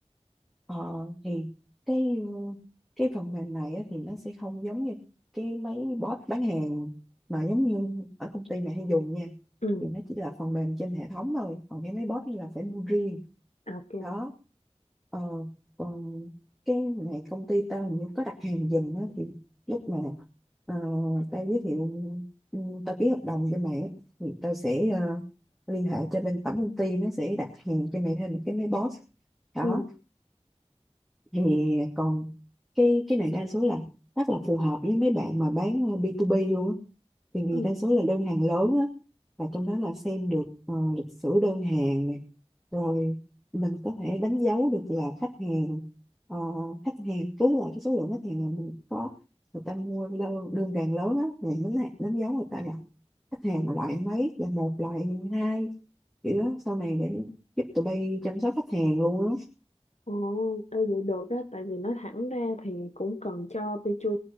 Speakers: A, in the centre; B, on the left.
A: Ờ, thì cái ờ, cái phần mềm này á, thì nó sẽ không giống như cái mấy bot bán hàng mà giống như ở công ty mẹ hay dùng nha
B: ừ
A: thì nó chỉ là phần mềm trên hệ thống thôi còn cái mấy bot này là phải mua riêng
B: À, ok
A: đó ờ, còn cái này công ty tao hình như có đặt hàng giùm á thì lúc mà ờ, tao giới thiệu ừ, tao ký hợp đồng cho mẹ á, thì tao sẽ ờ, liên hệ cho bên tổng công ty nó sẽ đặt hàng cho mẹ thêm một cái máy boss đó
B: ừ
A: thì còn cái cái này đa số là rất là phù hợp với mấy bạn mà bán ờ, B2B luôn á thì vì
B: ừ
A: đa số là đơn hàng lớn á và trong đó là xem được ờ, lịch sử đơn hàng này rồi mình có thể đánh dấu được là khách hàng ờ, khách hàng cứ là cái số lượng khách hàng là mình có người ta mua đơn, đơn hàng lớn á mình đánh, đánh dấu người ta là khách hàng loại mấy là một loại hai kiểu đó, sau này để giúp tụi bay chăm sóc khách hàng luôn á
B: ồ ê, vậy được á tại vì nói thẳng ra thì cũng cần cho B2